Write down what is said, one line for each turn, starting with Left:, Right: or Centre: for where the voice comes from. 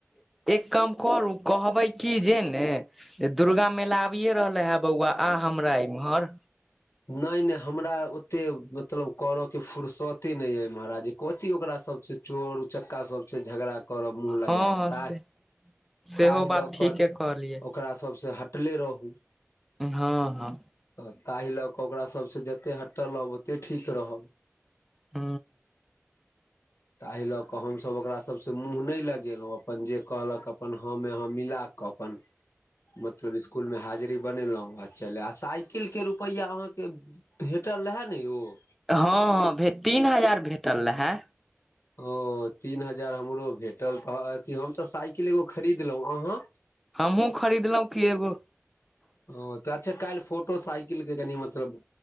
Centre: एक कम करू कहबै कि जे ने दुर्गा मेला आबिए रहले है बौआ आ हमरा इम्हर
Left: नहि नहि हमरा ओते मतलब कर के फुुरसते नहि य महाराज कथी ओकरा सभ से चोर उचक्का सभ से झगड़ा करब मुँह लगायब
Centre: हँ हँ
Left: ता
Centre: से सेहो
Left: ताहि लऽ
Centre: बात ठीके
Left: कऽ
Centre: कहलियै।
Left: ओकरा सभसँ हटले रहू
Centre: ह ह
Left: तऽ ताहि लऽ कऽ ओकरा सभसँ जतेक हटल रहब ओतेक ठीक रहब।
Centre: ह
Left: तै लऽ कऽ तऽ हमसभ ओकरा सभसँ मुँह नहि लगेलहुँ अपन जे कहलक अपन ह मे हा मिलाक अपन मतलब इसकुलमे हाजरी बनेलहुँ आ चल आ साइ। साइकिल के रुपैआ अहाँकेँ भेटल रहे ने य
Centre: ह ह भे तीन हजार भेटल रहे
Left: ओ तीन हजार हमरो भेटल तऽ अथि हम त साइकिल एगो खरीदलहूँ अहाँ
Centre: हमहूँ खरीद लहु कि एगो।
Left: ह त अच्छा काल्हि फोटो साइकिल के कनि मतलब